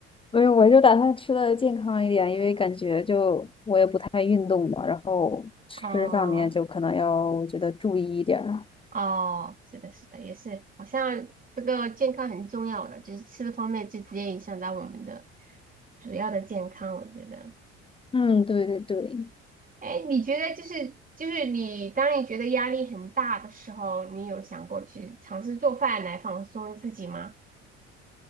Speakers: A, on the left (about 15°); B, on the right (about 25°).
A: 没有，我就打算吃的健康一点，因为感觉就我也不太运动嘛，然后吃上面就可能要我觉得注意一点儿
B: <laughs> 哦。哦，是的，是的，也是，好像这个健康很重要的，就是吃的方面就直接影响到我们的主要的健康，我觉得。
A: 嗯，对对对，
B: 哎，你觉得就是就是你当你觉得压力很大的时候，你有想过去尝试做饭来放松自己吗？